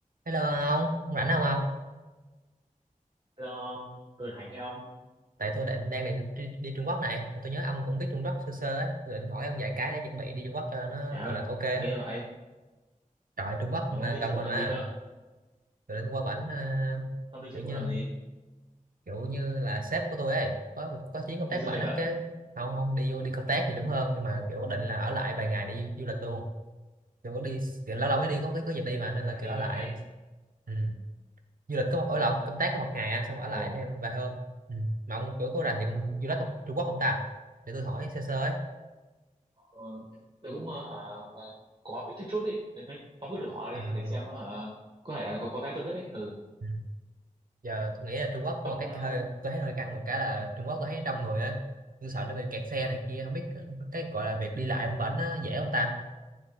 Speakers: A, on the right; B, on the right.
A: Hello ông, ông rảnh không ông?
B: Hello ông, tôi là Thành nha ông.
A: Tại tôi định đang định đi, đi Trung Quốc này, mà tôi nhớ ông cũng biết Trung Quốc sơ sơ ấy, tôi định hỏi ông vài cái để chuẩn bị đi Trung Quốc cho nó
B: Trời ơi,
A: gọi là ok á.
B: ghê vậy.
A: Trời Trung Quốc
B: Ủa,
A: mà
B: ông đi
A: gần
B: Trung Quốc
A: mình
B: làm
A: mà,
B: gì cơ?
A: tôi định qua bển à,
B: Ông đi Trung
A: kiểu
B: Quốc
A: như
B: làm gì?
A: kiểu như là sếp của tôi ấy, có có chuyến công
B: Đi
A: tác
B: du
A: bển
B: lịch
A: á,
B: à?
A: cái không không đi vô đi công tác thì đúng hơn, nhưng mà kiểu định là ở lại vài ngày để du, du lịch luôn. Kiểu có đi kiểu lâu lâu mới đi có có dịp đi mà nên là
B: À đi
A: kiểu ở
B: vài
A: lại.
B: ngày.
A: Ừ. du lịch có ở lại công tác có một ngày à, xong ở lại
B: Ồ,
A: thêm vài hôm ừ. mà ông kiểu có rành về con du lịch ông, Trung Quốc không ta để tôi hỏi sơ sơ ấy
B: ờ, tôi cũng ờ, hả, ờ, có biết chút chút ý. Nên đấy, ông cứ thử hỏi đi
A: à,
B: để xem ờ, hả, có thể là có, có cái tôi biết đấy. Ừ,
A: ừ. giờ tôi nghĩ là Trung Quốc
B: ông,
A: có một cái
B: ờ,
A: hơi tôi thấy hơi căng một cái là Trung Quốc tôi thấy đông người á tôi sợ nó bị kẹt xe này kia không biết cái gọi là việc đi lại ông bển nó dễ không ta